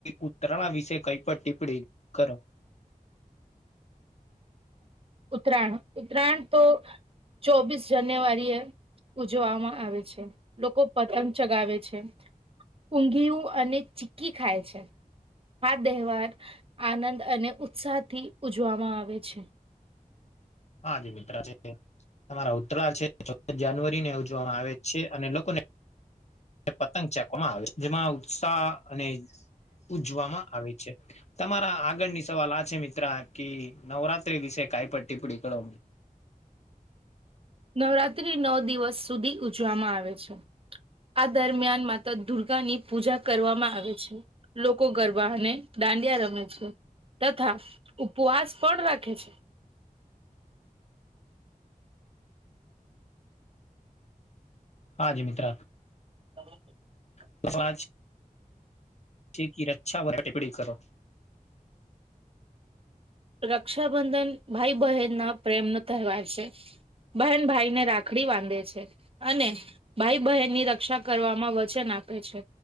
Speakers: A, on the left; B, on the right.
A: ઉત્તરાણ વિશે કઈ પણ ટિપ્પણી કરો.
B: ઉત્તરાયણ ઉત્તરાયણ તો ચોબીસ જાન્યુવારી હૈ. ઉજવવામાં આવે છે લોકો પતંગ ચગાવે છે. ઊંઘિયું અને ચીકી ખાય છે. આ તહેવાર આનંદ અને ઉત્સાહ થી ઉજવામાં આવે છે.
A: હા જ મિત્ર છે તમારા ઉત્તરાય છે ચૌદ જાનુઆરી ને ઉજવામાં આવે છે અને લોકોને પતંગ ચેકવામાં આવે છે જેમાં ઉત્સાહ અને ઉજવામાં આવે છે તમારા આગળની સવાલ આ છે મિત્રા કે નવરાત્રી વિશે કઈ પણ ટીપ્પણી કરો
B: નવરાત્રી નવ દિવસ સુધી ઉજવામાં આવે છે આ દરમિયાન માતા દુર્ગાની પૂજા કરવામાં આવે છે લોકો ગરબા અને દાંડિયા રમે છે તથા ઉપવાસ પણ રાખે છે
A: હા જી મિત્ર
B: <inaudible>
A: <unintelligible> થીકી રછા <unintelligible> ટીપડી કરો
B: રક્ષાબંધન ભાઈ બહેન ના પ્રેમનો તહેવાર છે બહેન ભાઈ ને રાખડી બાંધે છે અને ભાઈ બહેનની રક્ષા કરવામાં વચન આપે છે